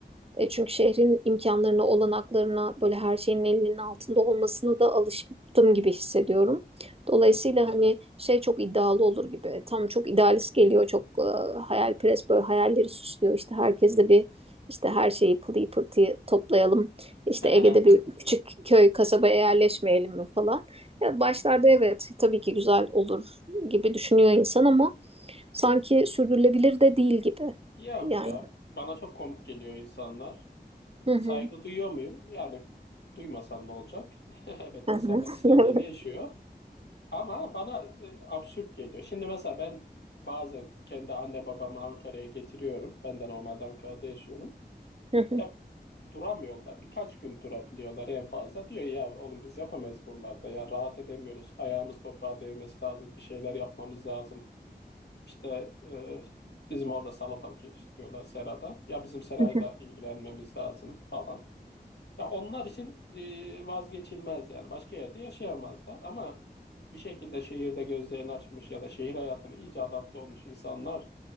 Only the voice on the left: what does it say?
Evet.
<laughs>
Yok
ya bana çok komik geliyor insanlar.
Saygı duyuyor muyum? Yani duymasan ne olacak? <laughs> Evet
insanlar
istediğini yaşıyor.
Ama bana e, absürt geliyor. Şimdi mesela ben bazen kendi anne babamı Ankara'ya getiriyorum. Ben de normalde Ankara'da yaşıyorum.
Ya duramıyorlar. Birkaç gün durabiliyorlar en fazla. Diyor ya oğlum biz yapamayız buralarda. Ya rahat edemiyoruz. Ayağımız toprağa değmesi lazım. Bir şeyler yapmamız lazım. İşte e, bizim orada salatalık yetiştiriyorlar serada. Ya bizim serayla
ilgilenmemiz lazım falan. Ya onlar için e, vazgeçilmez yani. Başka yerde yaşayamazlar ama bir şekilde şehirde gözlerini açmış ya da şehir hayatına iyice adapte olmuş insanlar